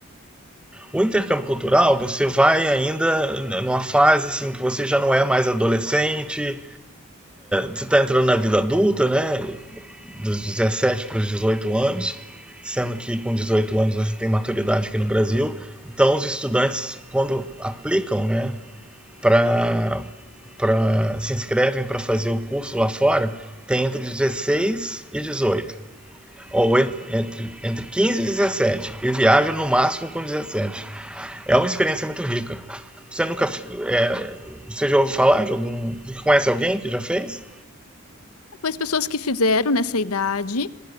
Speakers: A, in the centre; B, on the left.
A: O intercâmbio cultural, você vai ainda numa fase assim que você já não é mais adolescente, você está entrando na vida adulta, né? Dos 17 para os 18 anos, sendo que com 18 anos você tem maturidade aqui no Brasil. Então, os estudantes, quando aplicam, né, pra, pra, se inscrevem para fazer o curso lá fora, tem entre 16 e 18. Ou entre, entre 15 e 17. E viajam no máximo com 17. É uma experiência muito rica. Você nunca. É, você já ouviu falar de algum. Conhece alguém que já fez?
B: Mas pessoas que fizeram nessa idade,